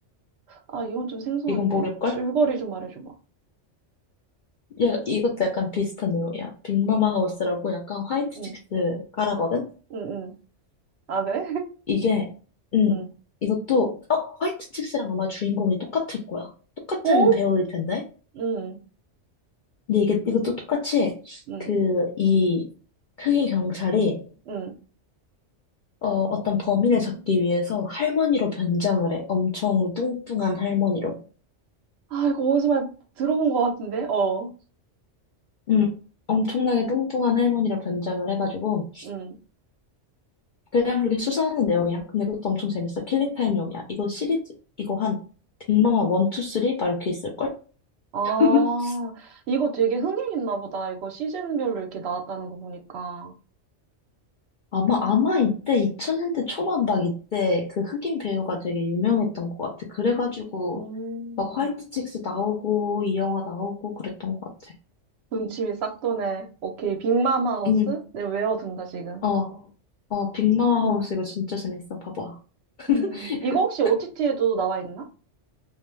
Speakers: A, on the right (about 65°); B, on the left (about 60°).
A: 아, 이건 좀 생소한데?
B: 이건 모를걸?
A: 줄거리 좀 말해줘봐.
B: 야, 이것도 약간 비슷한 내용이야. 빅마마 하우스라고 약간 화이트
A: 응,
B: 칙스 깔아거든?
A: 응, 응. 아, 그래? <laughs>
B: 이게, 음,
A: 응.
B: 이것도, 어, 화이트 칙스랑 아마 주인공이 똑같을 거야. 똑같은
A: 어?
B: 배우일 텐데?
A: 응,
B: 근데 이게, 이것도 똑같이,
A: 응,
B: 그, 이, 흑인 경찰이,
A: 응.
B: 어, 어떤 범인을 잡기 위해서 할머니로 변장을 해. 엄청 뚱뚱한 할머니로.
A: 아, 이거 어디서 많이 들어본 것 같은데? 어.
B: 음, 엄청나게 뚱뚱한 할머니로 변장을 해가지고
A: 응.
B: 그냥 그렇게 수사하는 내용이야. 근데 그것도 엄청 재밌어. 킬링타임용이야. 이거 시리즈 이거 한 빅마마 1, 2, 3? 막 이렇게 있을걸?
A: 아,
B: <laughs>
A: 이거 되게 흥행했나 보다. 이거 시즌별로 이렇게 나왔다는 거 보니까.
B: 아마 아마 이때 2000년대 초반 막 이때 그 흑인 배우가 되게 유명했던 것 같아. 그래가지고
A: 음,
B: 막 화이트 칙스 나오고 이 영화 나오고 그랬던 것 같아.
A: 군침이 싹 도네. 오케이, 빅맘 하우스?
B: 응,
A: 내가 외워둔다, 지금.
B: 어, 어, 빅마마 하우스 이거 진짜 재밌어. 봐봐. <laughs>
A: 음, 이거 혹시 OTT에도 나와 있나?